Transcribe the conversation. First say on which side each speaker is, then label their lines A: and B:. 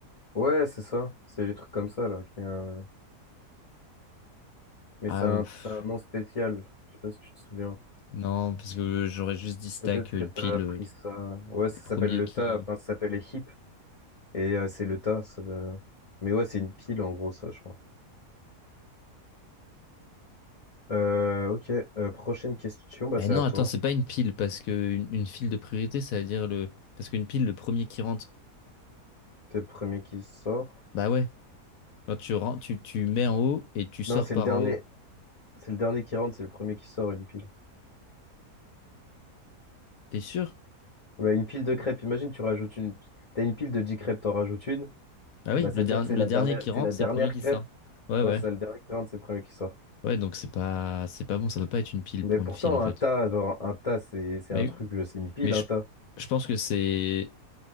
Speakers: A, on the left; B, on the left.
A: Ouais, c'est ça. C'est des trucs comme ça, là. qui, euh, Mais
B: Ah,
A: c'est un,
B: euh, pff,
A: c'est un nom spécial. Je sais pas si tu te souviens.
B: non, parce que j'aurais juste dit stack,
A: Peut-être
B: euh,
A: que
B: une
A: t'as
B: pile,
A: appris
B: euh,
A: ça. Ouais, ça
B: le premier
A: s'appelle le
B: qui.
A: tas. Enfin, ça s'appelle les heaps. Et euh, c'est le tas. ça veut- Mais ouais, c'est une pile, en gros, ça, je crois. Euh, ok. Euh, prochaine question. Bah,
B: Mais
A: c'est
B: non,
A: à toi.
B: attends, c'est pas une pile, parce que une, une file de priorité, ça veut dire le. Parce qu'une pile, le premier qui rentre.
A: C'est le premier qui sort.
B: Bah ouais. Quand tu, ren- tu, tu mets en haut et tu sors
A: Non, c'est
B: par
A: le dernier.
B: en haut.
A: C'est le dernier qui rentre. C'est le premier qui sort, une pile.
B: T'es sûr?
A: Ouais, une pile de crêpes. Imagine, tu rajoutes une. T'as une pile de 10 crêpes, t'en rajoutes une.
B: Ah oui,
A: Bah, c'est-à-dire
B: le, der-
A: que
B: le
A: c'est la
B: dernier
A: dernière,
B: qui rentre,
A: c'est la dernière
B: c'est le premier qui
A: crêpe.
B: sort. Ouais,
A: Ouais,
B: ouais.
A: c'est ça, le dernier qui rentre, c'est le premier qui sort.
B: Ouais, donc c'est pas, c'est pas bon, ça peut pas être une pile
A: Mais
B: pour
A: pourtant,
B: une file, en fait.
A: un tas, genre, un tas, c'est, c'est
B: Mais,
A: un truc, euh, c'est une pile,
B: mais je,
A: un tas.
B: je pense que c'est